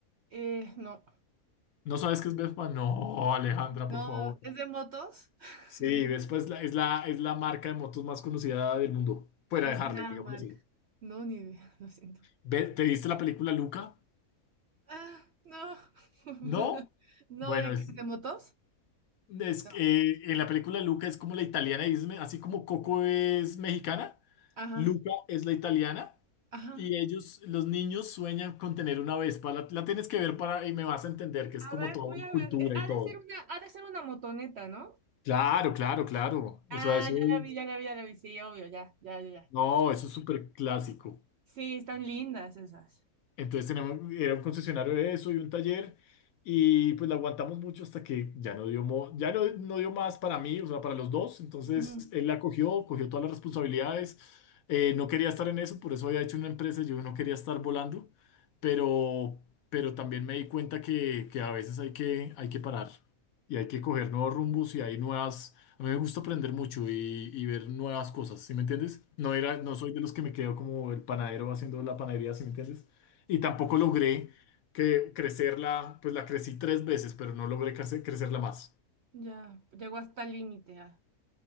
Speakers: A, on the right (about 65°); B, on the left (about 70°).
A: Eh, no,
B: ¿No sabes qué es Vespa? No, Alejandra,
A: no,
B: por favor.
A: es de motos. <laughs>
B: Sí, después la- es la, es la marca de motos más conocida del mundo, fuera
A: Es
B: de Harley,
A: la
B: digámoslo
A: marca.
B: así.
A: No, ni idea, <laughs> lo siento.
B: Ve- ¿Te viste la película Luca?
A: Ah, no. <laughs>
B: ¿No?
A: No,
B: Bueno,
A: ¿de
B: es,
A: qué? ¿De motos?
B: es
A: No.
B: que, eh, en la película Luca es como la italiana, y es me- así como Coco es mexicana,
A: Ajá,
B: Luca es la italiana
A: ajá.
B: y ellos, los niños sueñan con tener una Vespa. La, la tienes que ver para y me vas a entender que es
A: A
B: como
A: ver,
B: toda
A: voy
B: una
A: a
B: cultura
A: ver. Eh, Ha
B: y todo.
A: de ser una, ha de ser una motoneta, ¿no?
B: Claro, claro, claro.
A: Ah,
B: Eso, eso,
A: ya
B: es-
A: la vi, ya la vi, ya la vi. Sí, obvio, ya, ya, ya. ya.
B: no, eso es súper clásico.
A: Sí, están lindas esas.
B: Entonces tenemos, era un concesionario de eso y un taller y pues la aguantamos mucho hasta que ya no dio, mo- ya no, no dio más para mí, o sea, para los dos. Entonces
A: Ujú.
B: él la cogió, cogió todas las responsabilidades. Eh, no quería estar en eso, por eso había hecho una empresa, yo no quería estar volando, pero, pero también me di cuenta que, que a veces hay que, hay que parar y hay que coger nuevos rumbos y hay nuevas... A mí me gusta aprender mucho y, y ver nuevas cosas, ¿sí me entiendes? No era, no soy de los que me quedo como el panadero haciendo la panadería, ¿sí me entiendes? y tampoco logré que crecerla, pues la crecí tres veces, pero no logré crece- crecerla más.
A: Ya, llegó hasta el límite. ah.